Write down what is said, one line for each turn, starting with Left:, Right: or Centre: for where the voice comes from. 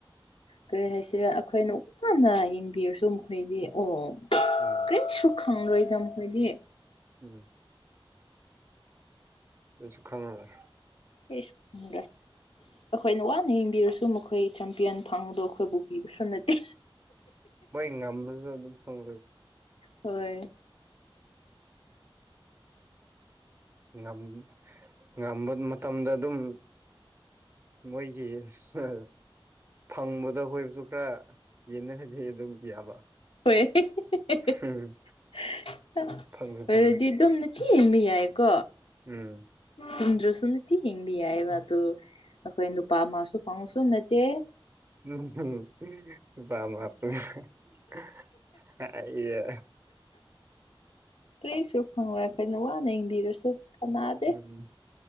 Left: ꯀꯔꯤ ꯍꯥꯏꯁꯤꯔ ꯑꯩꯈꯣꯏꯅ ꯋꯥꯥꯅ ꯌꯦꯡꯕꯤꯔꯁꯨ ꯃꯈꯣꯏꯗꯤ ꯑꯣ
Right: ꯎꯝ
Left: ꯀꯔꯤꯁꯨ ꯈꯪꯔꯣꯏꯗ ꯃꯈꯣꯏꯗꯤ
Right: ꯎꯝ ꯀꯔꯤꯁꯨ ꯈꯪꯉꯔꯣꯏ
Left: ꯑꯩꯁꯨ ꯐꯪꯗ꯭ꯔꯦ ꯑꯈꯣꯏꯅ ꯋꯥꯅ ꯌꯦꯡꯕꯤꯔꯁꯨ ꯃꯈꯣꯏ ꯆꯝꯄꯤꯌꯟ ꯐꯪꯗꯧ ꯈꯣꯏꯕꯨ ꯄꯤꯕꯁꯨ ꯅꯠꯇꯦ
Right: ꯃꯣꯏ ꯉꯝꯃꯖꯨ ꯑꯗꯨꯝ ꯐꯪ
Left: ꯍꯣꯏ
Right: ꯉꯝ ꯉꯝꯕ ꯃꯇꯝꯗ ꯑꯗꯨꯝ ꯃꯣꯏꯒꯤ ꯁ ꯐꯪꯕꯗ ꯑꯩꯈꯣꯏꯕꯨꯁꯨ ꯈꯔ ꯌꯦꯟꯅꯔꯗꯤ ꯑꯗꯨꯝ ꯌꯥꯕ
Left: ꯍ‌ꯣꯏ <unintelligible>
Right: ꯎꯝ ꯐꯪꯁꯨ
Left: ꯑꯣꯏꯔꯗꯤ
Right: ꯐꯪꯕ
Left: ꯑꯗꯨꯝꯅꯦ ꯍꯤ ꯌꯦꯡꯕ ꯌꯥꯏꯀꯣ
Right: ꯎꯝ
Left: ꯇꯨꯝꯗ꯭ꯔꯁꯨ ꯅꯨꯇꯤ ꯌ‌ꯦꯡꯕ ꯌꯥꯏꯑꯦꯕ ꯑꯗꯨ ꯑꯩꯈꯣꯏ ꯅꯨꯄꯥ ꯑꯃꯥꯁꯨ ꯐꯪꯉꯁꯨ ꯅꯠꯇꯦ
Right: <unintelligible> ꯏꯌꯦ
Left: ꯀꯔꯤꯁꯨ ꯐꯪꯔꯣꯏ ꯑꯩꯈꯣꯏꯅ ꯋꯥꯅ ꯌꯦꯡꯕꯤꯔꯁꯨ ꯀꯅꯥꯗꯦ
Right: ꯎꯝ